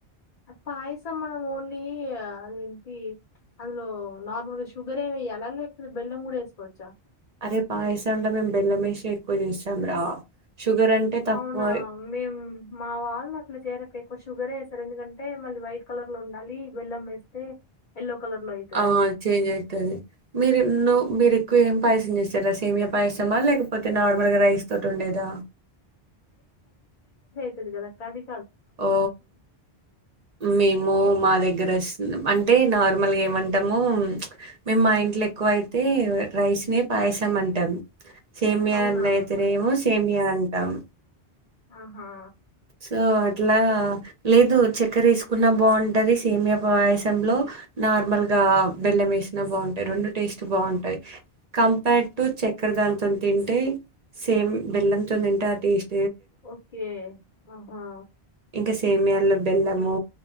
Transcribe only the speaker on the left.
పాయసం మనం ఓన్లీ అది ఏంటి అందులో నార్మల్గా షుగర్ ఏ వెయ్యాలా లేకపోతే బెల్లం కూడా ఏసుకోవచ్చా
అవునా మేం మా వాళ్ళు అట్లు చేర క్క ఎక్కువ షుగర్ వేసారు ఎందుకంటే మళ్ళీ వైట్ కలర్ లో ఉండాలి బెల్ల్ం వేస్తే ఎల్లో కలర్ లో అయితదని
<unintelligible> కాది
అవునా
ఆహా
ఓకే ఆహా